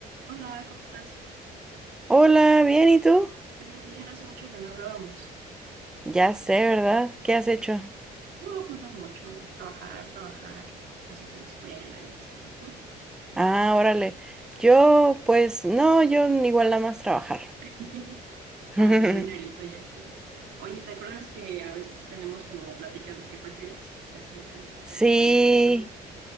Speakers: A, on the right (about 80°); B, in the centre.
A: Hola, ¿cómo estás?
B: Hola, bien, ¿y tú?
A: Bien, bien, hace mucho que no hablábamos.
B: Ya sé, ¿verdad? ¿Qué has hecho?
A: No, pues no mucho. Trabajar, trabajar, cosas de la escuela y así, ¿tú?
B: Ah, órale. Yo, pues, no, yo igual nada más trabajar.
A: <laughs>
B: <laughs>
A: Para tener dinerito y así. Oye, ¿te acuerdas que a veces tenemos como pláticas de qué prefieres? Hace mucho nos sacamos
B: Sí,
A: de las extremas.